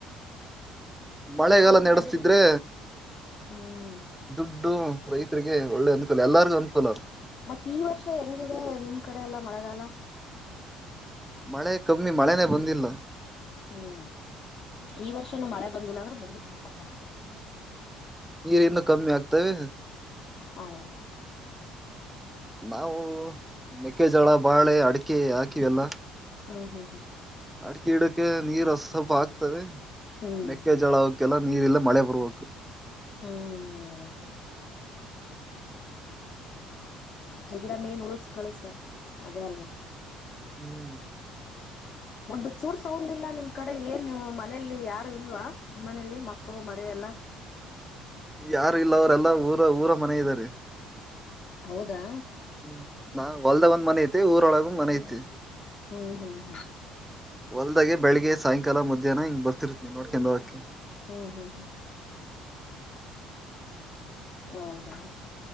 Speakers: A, in the centre; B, on the left (about 50°).
A: ಮಳೆಗಲ್ಲ ನಡೆಸ್ತಿದ್ರೆ
B: ಹ್ಮ್
A: ದುಡ್ಡು ರೈತರಿಗೆ ಒಳ್ಳೆ ಅನ್ಕಲ್ಲ ಎಲ್ಲಾರ ಅನುಕೂಲ
B: ಮತ್ತೆ ಈ ವರ್ಷ ಹೆಂಗಿದೆ ನಿಮ್ ಕಡೆ ಎಲ್ಲಾ ಮಳೆಗಾಲ
A: ಮಳೆ ಕಮ್ಮಿ ಮಳೆನೆೇ ಬಂದಿಲ್ಲ
B: ಹ್ಮ್ ಈ ವರ್ಷನು ಮಳೆ ಬಂದಿಲ್ಲ ಅಂದ್ರೆ ಬಂದಕ್ ತುಪ ಕಷ್ಟ
A: ನೀರಿಂದ ಕಮ್ಮಿ ಆಗ್ತವೆ
B: ಹೌದು
A: ನಾವು ಮೆಕ್ಕೆಜಳ ಬಾಳೆ ಅಡಿಕೆ ಹಾಕಿವೆಲ್ಲ
B: ಹಾ ಹಾ ಹಾ
A: ಅಡಿಕೆ ಗಿಡಕ್ಕೆ ನೀರು ಸ್ವಲ್ಪ ಆಗ್ತವೆ
B: ಹ್ಮ್
A: ಮೇಕ ಜಳೋಗ ಎಲ್ಲ ನೀರು ಇಲ್ಲ ಮಳೆ ಪರ್ವು
B: ಹ್ಮ್ ಅದೇ ಅದೇ ಅದಕ ಗಿಡ ಮೇನ್ ನಳು ಕಳಿಸ ಸರ್ ಅದೇ ಅಲ್ವಾ
A: ಹ್ಮ್
B: ಒಂದು ಚೂರ್ ಸೌಂಡ್ ಇಲ್ಲ ನಿಮ್ ಕಡೆ ಏನ್ ನೀವು ಮನೇಲಿ ಯಾರು ಇಲ್ವಾ ನಿಮ್ಮ್ನಲಿ ಮಕ್ಕಳು ಮರಿ ಎಲ್ಲ
A: ಯಾರು ಇಲ್ಲ ಅವರೆಲ್ಲಾ ಊರ ಊರ ಮನೆ ಇದ್ದಾರೆ
B: ಹೌದಾ
A: ಹ್ಮ್ ನಾ ಹೊಲ್ದಾಗ ಒಂದ್ ಮನ ಐತಿ ಊರೊಳಗಂದ್ ಮನೆ ಐತಿ
B: ಹ್ಮ್ ಹ್ಮ್ ಹ್ಮ್
A: ಹೊಲ್ದಾಗೆ ಬೆಳಗ್ಗೆ ಸಾಯಂಕಾಲ ಮಧ್ಯಾಹ್ನ ಹಿಂಗ ಬರ್ತಿರ್ತೀವಿ ನೋಡ್ಕೊಂಡ ಹೋಗಕ್ಕೆ
B: ಹ್ಮ್ ಹ್ಮ್ ಹ್ಮ್ ಹೌದಾ